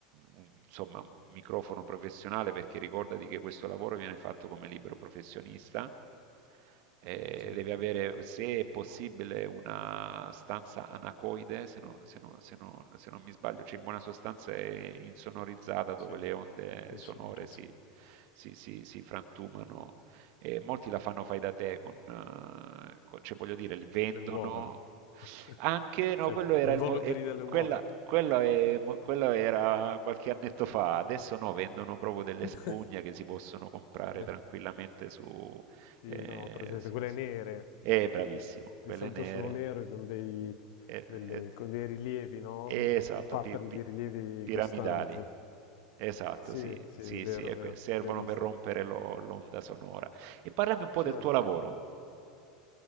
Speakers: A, on the right; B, on the left.
A: un- insomma, un microfono professionale perché ricordati che questo lavoro viene fatto come libero professionista. Eh,
B: Sì,
A: devi avere, se è possibile, una stanza anacoide, se non, se non- se non- se non mi sbaglio, cioè in buona sostanza è insonorizzata
B: sì,
A: dove le onde
B: insonorizzato.
A: sonore si, si- si- si frantumano e molti la fanno fai da te, con, eh, con- cioè voglio dire, li vendono
B: Le uova. <laughs>
A: anche, no,
B: Cioè,
A: quello era,
B: gli involucri
A: il, mo- e
B: delle uova.
A: quella, quello è mo- quello era qualche annetto fa, adesso no, vendono proprio delle
B: <laughs>
A: spugne che si possono comprare
B: Beh,
A: tranquillamente su...
B: Sì,
A: eh,
B: no, presente,
A: su-
B: quelle
A: su-
B: nere,
A: eh, bravissimo, quelle
B: di solito
A: nere.
B: sono nere con dei,
A: eh,
B: delle-
A: eh,
B: con dei rilievi, no?
A: eh,
B: Un
A: esatto,
B: pattern
A: pi- pi-
B: di rilievi
A: piramidali.
B: costante.
A: Esatto,
B: Sì,
A: sì,
B: sì,
A: sì,
B: è vero,
A: sì, e
B: è vero,
A: que- servono
B: le ho viste.
A: per rompere lo- l'onda sonora. E parlami un po' del
B: Certo.
A: tuo lavoro.